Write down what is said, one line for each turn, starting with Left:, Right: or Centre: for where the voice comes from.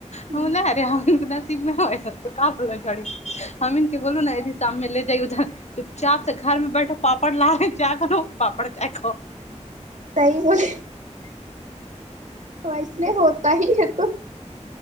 Right: صحیح
Left: ہونا ارے ہر ایک کے نصیب میں ہو تو کا بولا گاڑی <unintelligible> سامنے لے جایے ادھر چپ چاپ سے گھر میں بیٹھو پاپڑ لا رہے چائے بناو پاپڑ چائے کھاؤ
Right: سہی بولے تو ویس لیے ہوتا ہی ہے تو